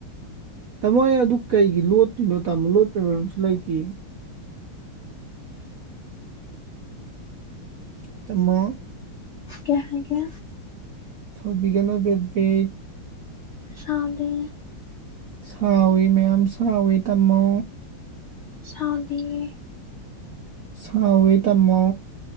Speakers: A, on the right (about 65°); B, on the left (about 85°).
A: ꯇꯥꯃꯣ ꯑꯩ ꯑꯗꯨ ꯀꯩꯒꯤ ꯂꯣꯠꯇꯨꯏꯅꯣ ꯇꯥꯃꯣ ꯂꯣꯠꯄꯩ ꯃꯔꯝꯁꯨ ꯂꯩꯇꯦ ꯇꯃꯣ
B: ꯀꯩ ꯍꯥꯏꯒꯦ
A: ꯁꯥꯎꯕꯤꯒꯅꯣ ꯕꯦꯕꯦ
B: ꯁꯥꯎꯗꯦ
A: ꯁꯥꯎꯋꯤ ꯃꯌꯥꯝ ꯁꯥꯎꯋꯤ ꯇꯝꯃꯣ
B: ꯁꯥꯎꯗꯤꯌꯦ
A: ꯁꯥꯎꯋꯤ ꯇꯃꯣ